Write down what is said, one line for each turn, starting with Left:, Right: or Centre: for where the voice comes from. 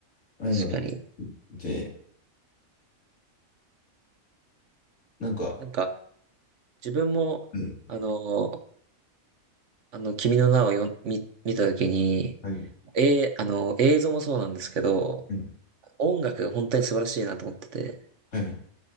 Left: ああいうのが好きで、
Right: 確かに。
Left: なんか、
Right: なんか、自分も、
Left: うん、
Right: あの、あの、君の名をよん見、見たときに、
Left: はい、
Right: えー、あの、映像もそうなんですけど、
Left: うん、
Right: 音楽が本当に素晴らしいなと思ってて、
Left: はい、